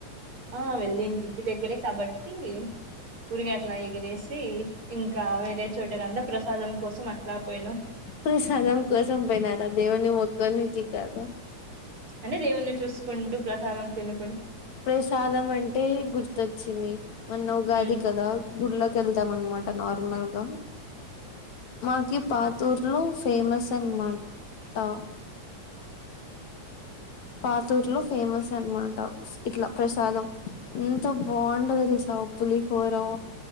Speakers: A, on the right; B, on the left.
A: ఆ వెళ్ళిండి ఇంటి దగ్గరే కాబట్టి గురిగి అట్లా ఎగిరేసి ఇంకా వేరే చోట అంతా ప్రసాదం కోసం అట్లా పోయినం
B: ప్రసాదం కోసం పైనార దేవుని మొక్కొనికి కాద
A: అంటె దేవుణ్ని చూస్కుంటూ ప్రసాదం తిను
B: ప్రసాదం అంటే గుర్తొచ్చింది మొన్న ఉగాది
A: ఉమ్
B: కదా గుళ్లోకి ఎళ్తాం అన్నమాట నార్మల్గ మాకి పాతూర్లో ఫేమస్ అన్మా ట పాతూర్లో ఫేమస్ అన్మాట ఇట్లా ప్రసాదం ఎంతొ బాంటది తెసా పులిఫోరం